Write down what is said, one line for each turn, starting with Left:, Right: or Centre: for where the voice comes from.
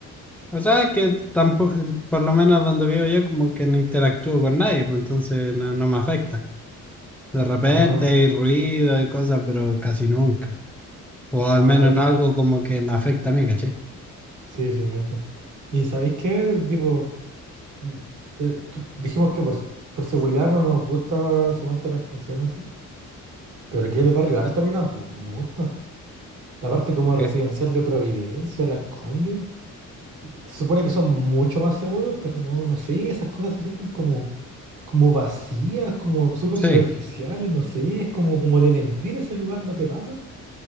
Centre: O sea, es que tampoco, por lo menos donde vivo yo como que no interactúo con nadie, pues entonces no no me afecta. De repente
Right: Ah,
Centre: hay ruido y cosas, pero casi nunca. O al
Right: ah,
Centre: menos
Right: cacho.
Centre: en algo como que me afecta a mí, ¿caché?
Right: Sí, sí, cacho. ¿Y sabéis qué? Tipo, mm, eh, tú- dijimos que por, por seguridad no nos gusta, suponte la estación así. Pero aquí el barrio alto a mí tampoco me gusta. La parte como residencial
Centre: ¿Qué?
Right: de Providencia, Las Condes. Se supone que son mucho más seguros, pero no, no sé, esas cosas se sienten como, como vacías, como súper superficiales,
Centre: Sí.
Right: no sé, es como, como de mentir ese lugar, ¿no te pasa?